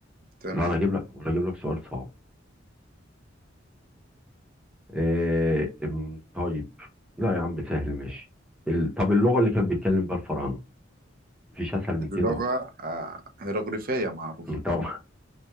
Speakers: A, on the right; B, in the centre.
A: تمام
B: لا انا اجيب لك ولا اجيب لك سؤال صعب آه أم، طيب لا يا عم سهل ماشي ال... طب اللغه اللي كان بيتكلم بيها الفراعنه مفيش اسهل من كده
A: اللغة
B: اهو
A: آه هيروغليفية معروفة
B: <laughs> طب